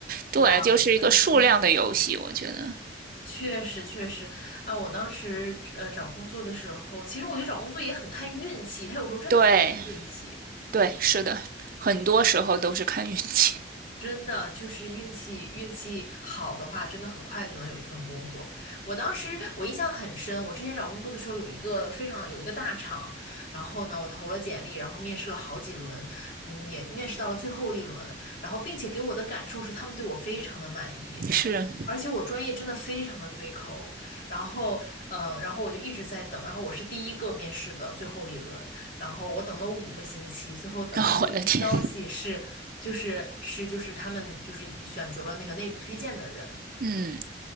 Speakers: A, on the right; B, on the left.
A: 对，
B: 哇，
A: 就是一个数量的游戏，
B: 那还真。
A: 我觉得。
B: 确实确实，啊，我当时呃找工作的时候，其实我觉得找工作也很看运气，他有时候真的很看运气。
A: 对，对，是的，很多时候都是看运气。
B: 真的就是运气，运气好的话，真的很快就能有一份工作。我当时我印象很深，我之前找工作的时候有一个非常有一个大厂，然后呢，我投了简历，然后面试了好几轮，嗯，也面试到了最后一轮，然后并且给我的感受是他们对我非常的满意，
A: <laughs> 是，
B: 而且我专业真的非常的对口，然后呃，然后我就一直在等，然后我是第一个面试的最后一轮，然后我等了五个星期，最后等来的一个消息是，
A: <laughs> 哦，我的天，
B: 就是是就是他们就是选择了那个内部推荐的人，
A: 嗯